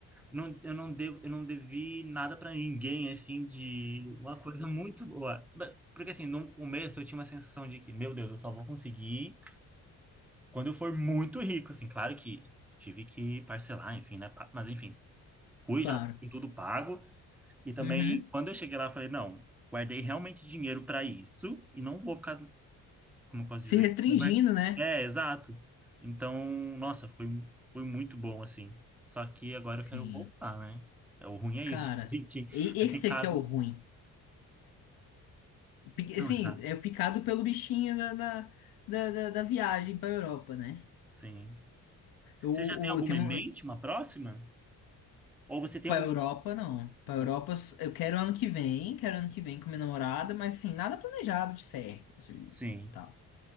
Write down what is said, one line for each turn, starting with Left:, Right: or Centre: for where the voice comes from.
Centre: não, eu não devo, eu não devi nada pra ninguém, assim, de uma coisa muito boa. Mas- Porque assim, no começo eu tinha uma sensação de que, meu Deus, eu só vou conseguir quando eu for muito rico, assim, claro que tive que parcelar, enfim, né? pa- Mas enfim, fui
Left: Claro.
Centre: já com tudo pago e também
Left: Uhum.
Centre: quando eu cheguei lá, eu falei, não, guardei realmente dinheiro pra isso e não vou ficar como eu posso
Left: Se
Centre: dizer?
Left: restringindo,
Centre: Conver-
Left: né?
Centre: É, É, exato. Então, nossa, foi, foi muito bom, assim. Só que agora
Left: Sim.
Centre: eu quero voltar, né? É, O ruim é isso.
Left: Cara,
Centre: <laughs> A gente
Left: e-
Centre: é
Left: esse
Centre: picado.
Left: aqui é o ruim. Pi-
Centre: Não,
Left: Assim,
Centre: exato.
Left: é picado pelo bichinho na, na- da, da, da viagem pra Europa, né?
Centre: Sim.
Left: Eu,
Centre: Você já tem alguma
Left: eu tenho
Centre: em
Left: um.
Centre: mente, uma próxima? Ou você tem
Left: Pra
Centre: alguma.
Left: Europa, não. Pra
Centre: Não?
Left: Europa, eu quero ano que vem, quero ano que vem com minha namorada, mas assim, nada planejado de certo, assim,
Centre: Sim.
Left: tal,